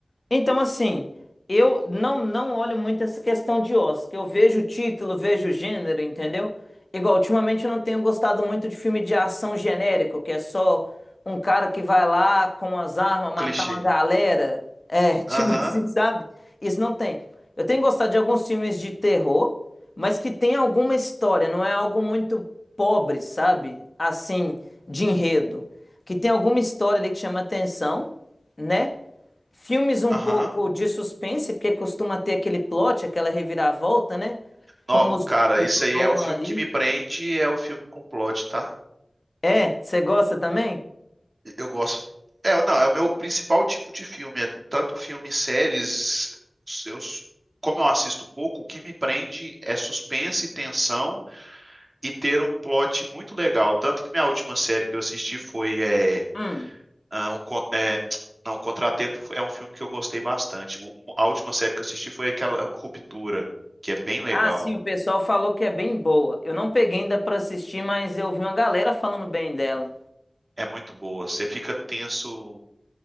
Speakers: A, on the left (about 40°); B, on the right (about 45°).
A: Então, assim, eu não não olho muito essa questão de Oscar. Eu vejo o título, vejo o gênero, entendeu? Igual, ultimamente eu não tenho gostado muito de filme de ação genérico, que é só um cara que vai lá com as armas matar
B: Clichê.
A: uma galera. É, <laughs> tipo
B: Aham,
A: assim, sabe? Isso não tem. Eu tenho gostado de alguns filmes de terror, mas que tem alguma história, não é algo muito pobre, sabe? Assim, de enredo. Que tem alguma história ali que chama atenção, né? Filmes um
B: aham.
A: pouco de suspense, porque costuma ter aquele plot, aquela reviravolta, né?
B: Nó,
A: Como os,
B: cara,
A: os
B: isso
A: do
B: aí
A: Nolan
B: é o filme
A: ali.
B: que me prende e é o filme com plot, tá?
A: É, você gosta também?
B: Eu gosto. É, não, é o meu principal tipo de filme. É tanto filme, séries. Eu, como eu assisto pouco, o que me prende é suspense, tensão e ter um plot muito legal. Tanto que minha última série que eu assisti foi é,
A: Hum.
B: ah, um, con- é, não, um Contratempo é um filme que eu gostei bastante. O- A última série que eu assisti foi aquela Ruptura, que é bem legal.
A: Ah, sim, o pessoal falou que é bem boa. Eu não peguei ainda pra assistir, mas eu vi uma galera falando bem dela.
B: É muito boa. Você fica tenso